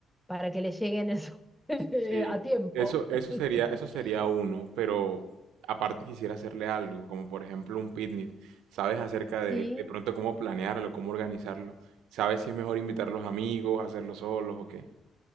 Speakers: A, in the centre; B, on the right (about 85°).
A: para que les lleguen eso <laughs>
B: Sí,
A: a tiempo.
B: eso, eso sería,
A: <laughs>
B: eso sería uno, pero aparte quisiera hacerle algo, como por ejemplo un picnic. ¿Sabes acerca de
A: Sí,
B: de pronto cómo planearlo, cómo organizarlo? ¿Sabes si es mejor invitar a los amigos, hacerlo solos o qué?